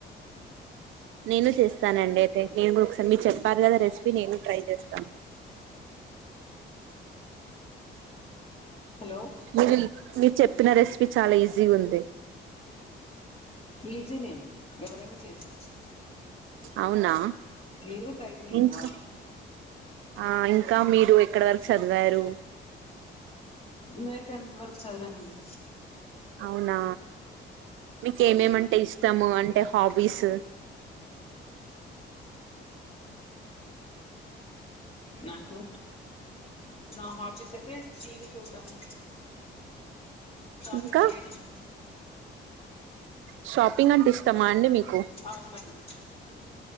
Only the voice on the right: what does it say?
నేను చేస్ స్తా నండియితే నేను కూడా ఒకసారి మీరు చెప్పారు కదా రెసిపీ నేను ట్రై చేస్తాను
మీడిల్ మీ చెప్పిన రెసిపీ చాలా ఈజీ ఉంది
అవునా
ఇంకా
ఆ ఇంకా మీరు ఇక్కడ వరకు చదివారు
అవునా మీకేమేమంటే ఇష్టము అం అంటే హాబీసు
ఇంకా
షాప్ ప్పింగ్ంటే ఇష్టమా అండి మీకు